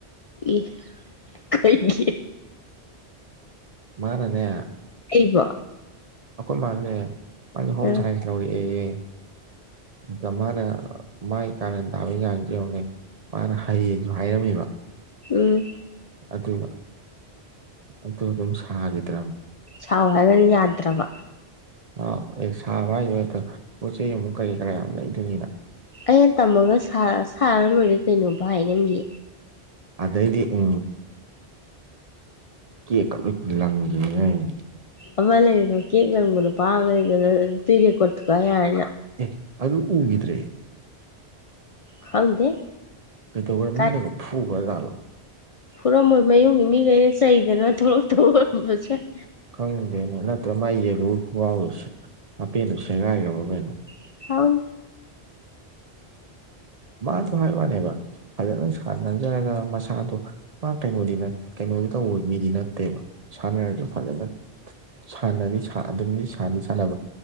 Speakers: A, on the left; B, on the right.
A: ꯏ ꯀꯩꯩꯒꯤ
B: ꯃꯥꯅꯅꯦ
A: ꯑꯩꯕꯨ
B: ꯑꯩꯈꯣꯏ ꯃꯥꯅꯦ ꯃꯥꯗꯤ ꯍꯣꯝ
A: ꯑꯥ
B: ꯁꯥꯏꯟꯁ ꯂꯧꯔꯛꯑꯦꯌꯦ ꯑꯗꯨꯗ ꯃꯥꯅ ꯃꯥꯥꯏ ꯀꯔꯥꯟ ꯇꯥꯕꯩ ꯆꯥꯡꯁꯦ ꯌꯦꯉꯣꯅꯦ ꯃꯥꯅ ꯍꯩꯌꯦꯁꯨ ꯍꯥꯏꯔꯝꯃꯤꯕ
A: ꯎꯝ
B: ꯑꯗꯨꯒ ꯑꯗꯨ ꯑꯗꯨꯝ ꯁꯥꯒꯤꯗ꯭ꯔꯥ
A: ꯁꯥꯎ ꯍꯥꯏꯔꯒꯅ ꯌꯥꯗ꯭ꯔꯕ
B: ꯑꯥꯎ ꯑꯦ ꯁꯥꯕ ꯍꯥꯏꯁꯦ ꯑꯗ ꯄꯣꯠ ꯆꯩꯩ ꯑꯃꯛ ꯀꯔꯤ ꯀꯔꯥ ꯌꯥꯝ ꯂꯩꯗꯣꯏꯅꯤꯅ
A: ꯑꯩꯅ ꯇꯝꯃꯒ ꯁꯥꯔ ꯁꯥꯔꯂꯣꯏꯔꯦ ꯀꯩꯅꯣ ꯚꯥꯏ ꯅꯪꯒꯤ
B: ꯑꯗꯩꯗꯤ ꯎ ꯀꯦꯛ ꯀ ꯂꯣꯏ ꯂꯪꯒꯥꯅꯦ ꯍꯥꯏꯔꯤꯌꯦ
A: ꯑꯃ ꯂꯩꯕꯗꯣ ꯀꯦꯑ ꯂꯪꯕ ꯅꯨꯄꯥ ꯑꯃ ꯂꯩꯕꯗꯣ ꯑꯗꯩꯒꯥ ꯂꯦꯀꯣꯛ ꯊꯨꯒꯥꯏꯕ ꯌꯥꯔꯅꯤ ꯅꯪ
B: ꯑꯦ ꯑꯗꯨ ꯎꯒꯤꯗ꯭ꯔꯦ
A: ꯈꯪꯗꯦ
B: ꯀꯩꯗꯧꯕ꯭ꯔꯥ
A: ꯀꯥꯏ
B: ꯃꯤꯅꯒ ꯐꯨꯈ꯭ꯔꯥ ꯖꯥꯠꯂꯣ
A: ꯐꯨꯔꯝꯃꯣꯏ ꯃꯌꯨꯝꯒꯤ ꯃꯤꯒꯩꯅ ꯆꯩꯗꯅ ꯊꯣꯛꯂꯛꯇꯕ ꯑꯣꯏꯔꯝꯕꯁꯨ ꯌꯥꯏ
B: ꯈꯪꯗꯦꯅ ꯅꯠꯇ꯭ꯔ ꯃꯥꯒꯤ ꯌꯦꯜꯂꯨꯒꯤ ꯈꯣꯡꯒꯥꯎꯗꯣ ꯁꯦ ꯑꯄꯦꯟꯗꯤ ꯁꯦꯒꯥꯏꯈ꯭ꯔꯕ ꯀꯩꯅꯣ
A: <unintelligible>
B: ꯃꯥꯁꯨ ꯍꯥꯏ ꯋꯥꯅꯦꯕ ꯐꯖꯅ ꯁꯥꯟꯅ <unintelligible> ꯃꯁꯥꯗꯣ ꯃꯥ ꯀꯩꯅꯣꯗꯤ ꯅꯠ ꯀꯩꯅꯣꯗꯤ ꯇꯧꯕ ꯃꯤꯗꯤ ꯅꯠꯇꯦꯕ ꯁꯥꯟꯅꯔꯁꯨ ꯐꯖꯅ ꯁꯥꯟꯅꯗꯤ ꯁꯥꯟ ꯑꯗꯨꯝꯗꯤ ꯁꯥꯟꯗꯤ ꯁꯥꯟꯅꯕ